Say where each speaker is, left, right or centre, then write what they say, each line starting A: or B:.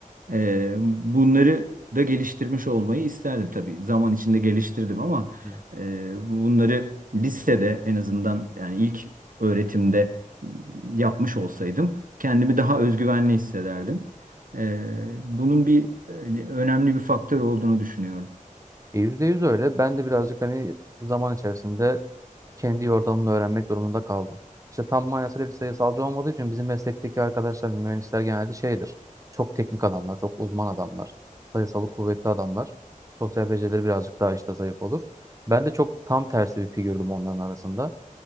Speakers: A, on the right; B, on the right.
A: E, bunları da geliştirmiş olmayı isterdim tabii. Zaman içinde geliştirdim ama
B: Evet.
A: ee, bunları lisede en azından yani ilk öğretimde ıı, yapmış olsaydım kendimi daha özgüvenli hissederdim. Ee, bunun bir önemli bir faktör olduğunu düşünüyorum.
B: E, yüzde yüz öyle. Ben de birazcık hani zaman içerisinde kendi yordamını öğrenmek durumunda kaldım. İşte tam manasıyla bir sayısalcı olmadığı için bizim meslekteki arkadaşlar, hani, mühendisler genelde şeydir. Çok teknik adamlar, çok uzman adamlar, sayısalı kuvvetli adamlar. Sosyal becerileri birazcık daha işte zayıf olur. Ben de çok tam tersi bir figürdüm onların arasında.